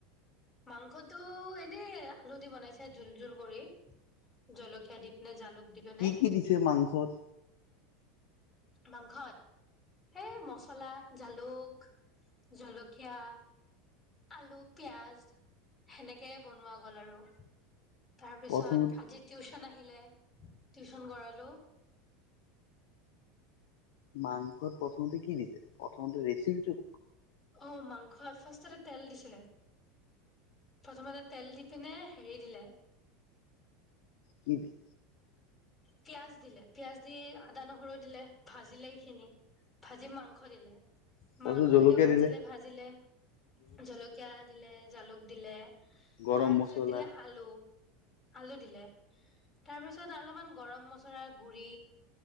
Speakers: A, on the left (about 25°); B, on the left (about 65°).
A: মাংসটো এনেই আলু দি বনাইছে জোল জোল কৰি। জলকীয়া দি পিনে জালুক দি পিনে।
B: কি কি দিছে মাংসত
A: মাংসত। সেই মচলা, জালুক, জলকীয়া, আলু পিঁয়াজ, সেনেকৈ বনোৱা গ'ল আৰু। তাৰ পিছত
B: প্ৰথমতে
A: আজি টিউচন আহিলে টিউচন কৰালোঁ।
B: মাংসত প্ৰথমতে কি দিছে, প্ৰথমতে ৰেচিপিটো
A: অ, মাংস ফাৰ্ষ্টতে তেল দিছিলে। প্ৰথমতে তেল দি পিনে হেৰি দিলে।
B: কি দিয়ে?
A: পিয়াজ দিলে, পিয়াজ দি আদা-নহৰু দিলে, ভাজিলে সেইখিনি। ভাজি মাংস দিলে,
B: তাৰপিছত
A: মাংসখিনিও
B: জলকীয়া
A: ভাজিলে
B: দিলে
A: ভাজিলে- জলকীয়া দিলে, জালুক দিলে,
B: গৰম
A: তাৰপিছত
B: মছলা
A: দিলে আলু। আলু দিলে। তাৰপিছত অলপমান গৰম মছলাৰ গুৰি।